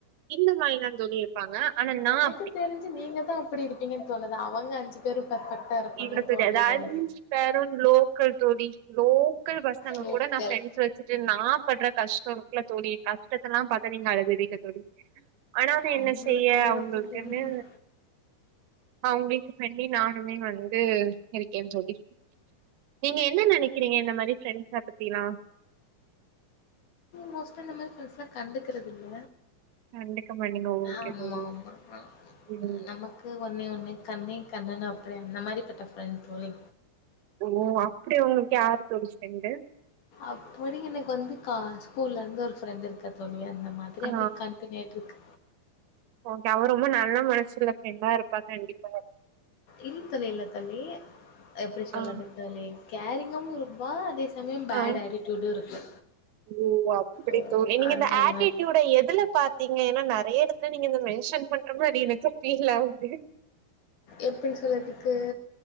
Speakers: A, on the right; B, on the left.
A: இந்த மாதிரிதா தோழி இருப்பாங்க. ஆனா நான்
B: எனக்கு தெரிஞ்சு நீங்க தான் அப்படி இருப்பீங்கன்னு தோணுது. அவங்க அஞ்சு பேரும் பர்பெக்ட்டா இருப்பாங்கன்னு
A: இல்ல
B: தோணுது
A: அது
B: தோழி
A: அஞ்சு பேரு லோக்கல் தோழி லோ மக்கள் பசங்க
B: லோக்கல்
A: கூட நா ஃப்ரண்டஸ் வச்சுட்டு நா படுற கஷ்டோருக்ல தோழி கஷ்டத்தல்லா பாத்தா நீங்க அழுதுருவீங்க தோழி ஆனா வந்து என்ன
B: நீங்களா
A: செய்ய
B: தோழி
A: அவ்ங்களுக்
B: லோக்கல் நீங்க
A: என்னே அவ்ங்களுக்கு பண்ணி நானுமே வந்து இருக்கே தோழி நீங்க என்ன நெனைக்கிறீங்க இந்த மாரி ஃப்ரெண்ட்ஸ பத்தீலா
B: மோஸ்டா இந்த மாரி ஃப்ரெண்ட்ஸ்லா கண்டுக்குறதில்ல
A: கண்டுக்க மாட்டீங்க ஓகே
B: ஆமா
A: தோழி
B: மா மா
A: ம்
B: நமக்கு ஒன்னே ஒண்ணு கண்ணே கண்ணுன்னு அப்றோ எந்த மாரி பட்ட ஃப்ரெண்ட் போலி
A: ஓ அப்டி உங்களுக்கு யாரு தோழி ஃப்ரெண்டு
B: அப்டி எனக்கு வந்து கா ஸ்கூல்ல இருந்து ஒரு ஃப்ரெண்ட் இருக்க தோழியா இந்த மாதிரி
A: ஆ
B: அப்டி கண்டிணியாய்ட் இருக்கு
A: ஓகே அவ ரொம்ப நல்ல மனசுல்ல ஃப்ரெண்டா இருப்பா கண்டிப்பா
B: இல் தோழி இல்ல தோழி எப்படி சொல்றது
A: ஆ
B: தோழி கேரிங் <unintelligible> இருப்பா அதே சமயம் பேட்
A: ஆஹ்
B: ஆட்டிடியூடு இருக்கு
A: ஓஹ் அப்டி
B: ஓ
A: தோழி நீ
B: அந்த
A: இந்த ஆட்டிடியூட
B: மாரி
A: எதுல பாத்தி ஏன்னா நெறைய இடத்துல நீங்க இந்த மென்ஷன் பண்ற மாரி எனக்கு ஃபீல் ஆகுது
B: எப்டி சொல்லத்துக்கு